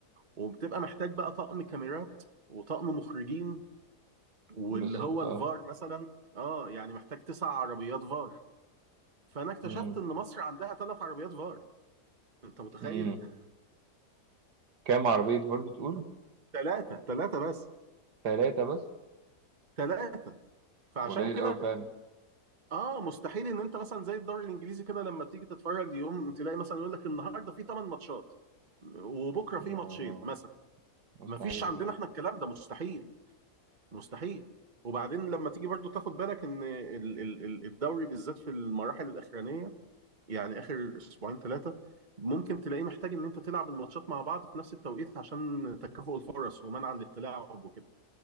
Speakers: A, on the right (about 30°); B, on the right (about 80°).
A: وبتبقى محتاج بقى طقم كاميرات وطقم مخرجين واللي
B: بالظبط
A: هو الفار
B: اه
A: مثلا اه يعني محتاج تسع عربيات فار فانا اكتشفت
B: مم.
A: ان مصر عندها ثلاث عربيات فار انت متخيل
B: مم. كام عربية فول بتقول
A: <laughs> ثلاثه ثلاثه بس
B: ثلاثة بس
A: ثلاثه فعشان
B: قليل
A: كده
B: قوي فعلا
A: اه مستحيل ان انت مثلا زي الدوري الانجليزي كده لما بتيجي تتفرج يوم تلاقي مثلا يقول لك النهارده في 8 ماتشات وبكره
B: مم.
A: في ماتشين مثلا
B: مستحيل
A: ما فيش عندنا
B: فعلا
A: احنا الكلام ده مستحيل مستحيل وبعدين لما تيجي برضو تاخد بالك ان ال- ال- ال- الدوري بالذات في المراحل الاخرانيه يعني اخر اسبوعين ثلاثه ممكن تلاقيه محتاج ان انت تلعب الماتشات مع بعض في نفس التوقيت عشان تكافؤ الفرص ومنع الاتلاعب وكده